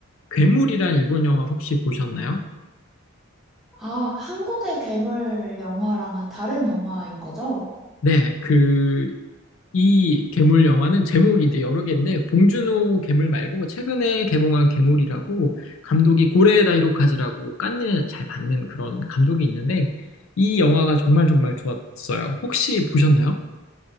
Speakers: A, on the left; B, in the centre.
A: 괴물이란 일본 영화 혹시 보셨나요?
B: 아, 한국의 괴물 영화랑은 다른 영화인 거죠?
A: 네, 그, 이 괴물 영화는 제목이 이제 여러 개인데 봉준호 괴물 말고 뭐 최근에 개봉한 괴물이라고 감독이 고레에다 히로카즈라고 깐느 잘 받는 그런 감독이 있는데 이 영화가 정말 정말 좋았어요. 혹시 보셨나요?